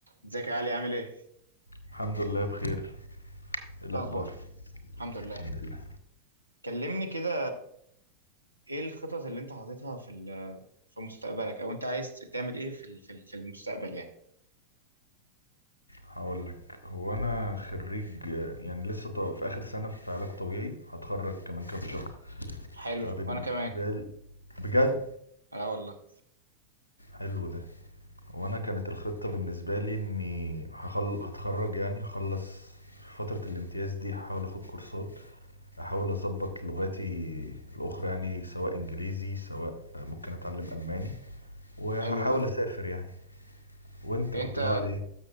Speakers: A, on the right; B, on the left.
A: ازيك يا علي عامل ايه؟
B: الحمد لله بخير ايه الاخبار
A: ايه اخبار؟ الحمد لله
B: الحمد لله
A: كلمني كده ايه الخطط اللي انت حاططها في ال- في مستقبلك او انت عايز تعمل ايه في ال- في ال- في المستقبل يعني
B: هقول لك هو انا خريج آه، يعني لسه ط- في اخر سنه في علاج طبيعي هتخرج كمان كام شهر
A: حلو
B: فبالنسبه
A: وانا كمان
B: لي بجد
A: اه والله
B: حلو ده هو انا كانت الخطه بالنسبه لي اني هخل... هتخرج يعني هخلص فتره الامتياز دي هحاول اخد كورسات احاول
A: مم.
B: اظبط لغاتي الاخرى يعني سواء انجليزي سواء آه، ممكن اتعلم الماني وهحاول
A: حلو ده
B: اسافر يعني وانت
A: يعني
B: كنت
A: انت
B: ناوي على ايه